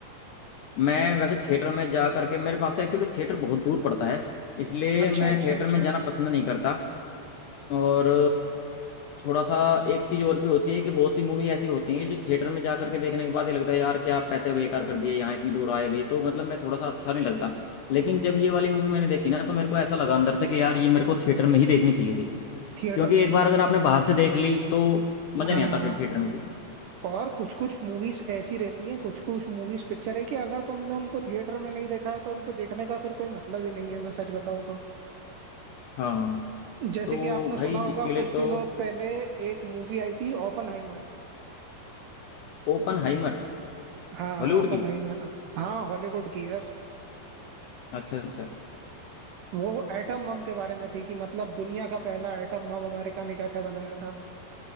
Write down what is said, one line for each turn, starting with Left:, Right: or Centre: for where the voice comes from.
Left: मैं वैसे थिएटर में जा करके मेरे पास से एक्चुअली थिएटर बहुत दूर पड़ता है इसलिए
Right: अच्छा
Left: मैं
Right: अच्छा
Left: थिएटर
Right: अच्छा
Left: में जाना पसंद नहीं करता और थोड़ा सा एक चीज और भी होती है कि बहुत सी मूवी ऐसी होती हैं कि जो थिएटर में जा करके देखने के बाद ही लगता है यार क्या आप पैसे बेकार कर दिए यहाँ इतनी दूर आए भी तो मतलब मैं थोड़ा सा अच्छा नहीं लगता लेकिन जब ये वाली मूवी मैंने देखी ना तो मेरे को ऐसा लगा अंदर से कि यार ये मेरे को थिएटर में ही देखनी चाहिए थी
Right: थिएटर
Left: क्योंकि एक बार अगर आपने बाहर से देख ली तो मजा
Right: हाँ
Left: नहीं आता फिर थिएटर में भी
Right: और कुछ कुछ मूवीज ऐसी रहती हैं कुछ कुछ मूवीज पिक्चर है कि अगर तुमने उनको थिएटर में नहीं देखा है तो उनको देखने का फिर कोई मतलब ही नहीं है मैं सच बताऊं
Left: हाँ
Right: जैसे
Left: तो
Right: कि आपने
Left: भाई
Right: सुना होगा
Left: इसके लिए
Right: कुछ
Left: तो
Right: दिनों पहले एक मूवी आई थी ओपनहाइमर
Left: ओपन हाइमर
Right: हाँ
Left: हॉलीवुड
Right: ओपनहाइमर
Left: की
Right: हाँ हॉलीवुड की यार
Left: अच्छा अच्छा
Right: वो एटम बम के बारे में थी कि मतलब दुनिया का पहला एटम बम अमेरिका ने कैसे बनाया था